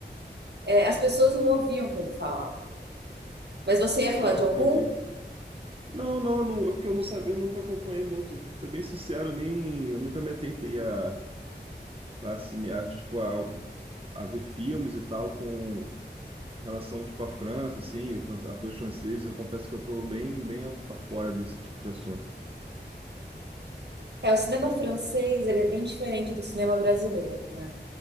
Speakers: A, on the right; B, on the right.
A: é, as pessoas não ouviam o que ele falava. Mas você ia falar
B: Ah,
A: de algum?
B: entendi. Não, não, eu não, eu- porque eu não sabia, eu nunca acompanhei muito. Pra ser bem sincero, nem, eu nunca me atentei a, a, cine, a, tipo, a, a ver filmes e tal com relação, tipo, à França, assim, o fran- atores franceses. Eu confesso que eu tô bem, bem af- afora desse tipo de assunto.
A: É, o cinema francês, ele é bem diferente do cinema brasileiro, né?